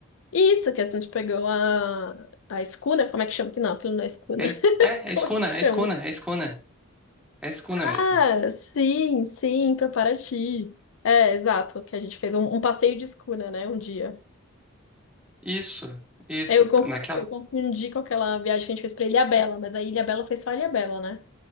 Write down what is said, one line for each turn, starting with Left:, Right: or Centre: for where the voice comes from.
Left: Isso que a gente pegou a a escuna, como é que chama? Que não, aquilo não é escuna.
Centre: É,
Left: <laughs>
Centre: é, é escuna,
Left: Como é que chama?
Centre: é escuna, é escuna. É escuna
Left: Ah,
Centre: mesmo.
Left: sim, sim, pra Paraty. É, exato, que a gente fez um, um passeio de escuna, né, né, um dia.
Centre: Isso, isso.
Left: Eu, conf-
Centre: Naquela.
Left: eu confundi com aquela viagem que a gente fez pra Ilhabela, mas a Ilhabela foi só Ilhabela, né?